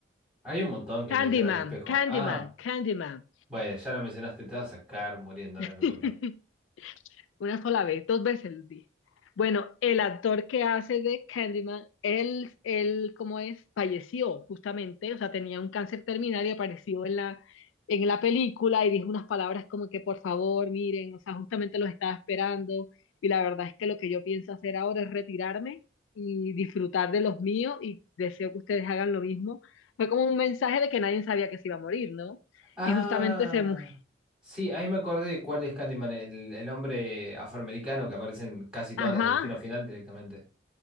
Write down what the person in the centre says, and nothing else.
Hay un montón que
menciono el espejo.
Ah,
bueno, ya lo mencionaste, te vas a sacar muriendo,
no es mi culpa.
Ah,
sí, ahí me acordé de cuál es Candyman, el, el hombre afroamericano que aparece en casi todas
las de Destino Final directamente.